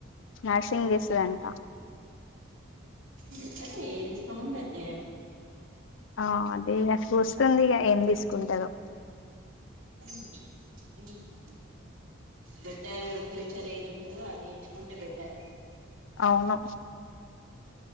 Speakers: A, on the left; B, on the right.
A: నర్సింగ్ ఆ
B: బెటర్ ఏది ఉంట జేయాలిగ
A: ఆ అదే ఇగ సూస్తుంది ఇగ ఏం తీసుకుంటదో
B: హ్మ్ ఏమి చేయను బెటర్ ఫ్యూచర్ ఏది ఉంటదో అది ఎంచుకుంటే బెటర్,
A: అవును